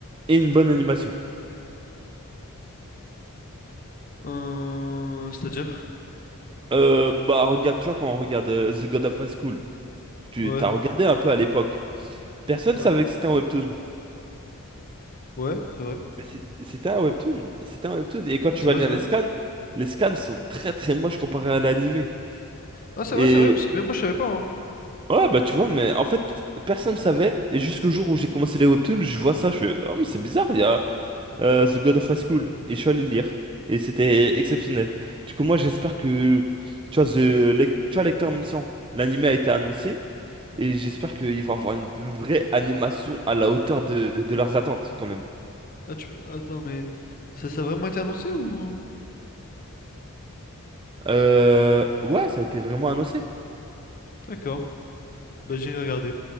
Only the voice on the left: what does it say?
Euh, c'est-à-dire
ouais,
ouais.
Ouais, c'est vrai.
Ah,
c'est
vrai,
c'est
vrai.
Ah, c'est
vrai, c'est vrai parce que même moi je savais pas hein.
Ah, tu... attends mais ça ça a vraiment été annoncé ou
D'accord. Bah j'irai regarder.